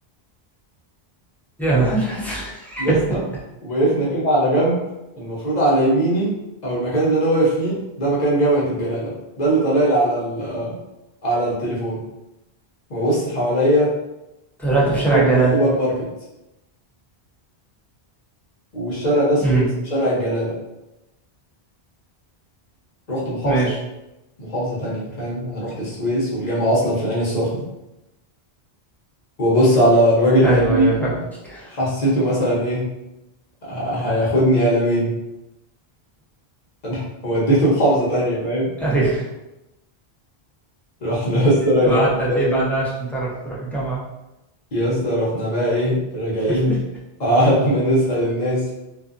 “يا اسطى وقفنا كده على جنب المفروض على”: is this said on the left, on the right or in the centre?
Left